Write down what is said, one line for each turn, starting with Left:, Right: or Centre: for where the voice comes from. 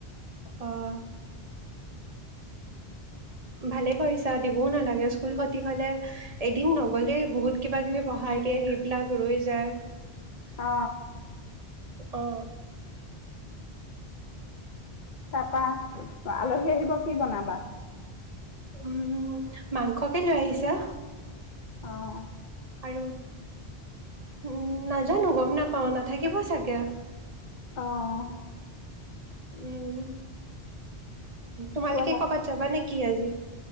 Right: অহ', ভালে কৰিছা দিবও নালাগে স্কুল সতি হলে এদিন নগলেই বহুত কিবা কিবি পঢ়াৰ দিয়ে সেইবিলাক ৰৈ যায়। অহ',
Left: অ তাৰপা আলহী আহিব কি বনাবা?
Right: উম', মাংসকে লৈ আহিছা।
Left: অহ',
Right: আৰু উম', নাজানো গম নাপাও নাথাকিব চাগে।
Left: অহ',
Right: উম', তোমালোকে
Left: কোৱা
Right: ক'বাত যাব নেকি? কি আজি?